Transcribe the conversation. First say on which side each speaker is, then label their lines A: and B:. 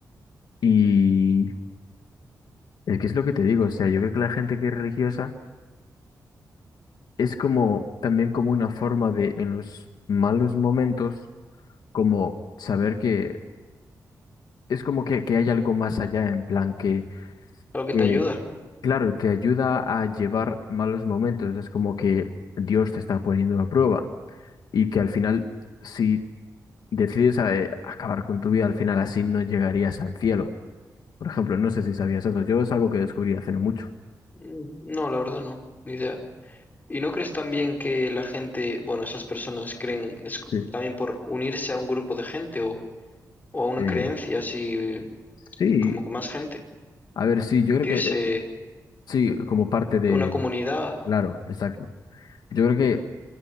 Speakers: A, on the left; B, on the left.
A: Y es que es lo que te digo, o sea, yo creo que la gente que es religiosa es como también como una forma de en los malos momentos, como saber que es como que, que hay algo más allá, en plan que,
B: Algo que
A: que,
B: te ayuda.
A: claro, te ayuda a llevar malos momentos, es como que Dios te está poniendo a prueba y que al final... Si decides eh, acabar con tu vida, al final así no llegarías al cielo. Por ejemplo, no sé si sabías eso, yo es algo que descubrí hace no mucho.
B: Mm, No, la verdad no, ni idea. ¿Y no crees también que la gente, bueno, esas personas creen, es c-
A: Sí.
B: también por unirse a un grupo de gente o, o a una
A: Eh,
B: creencia así,
A: sí,
B: como con más gente?
A: a ver, sí, yo
B: Sentirse
A: creo que eh, sí, como parte de,
B: una comunidad.
A: claro, exacto. Yo creo que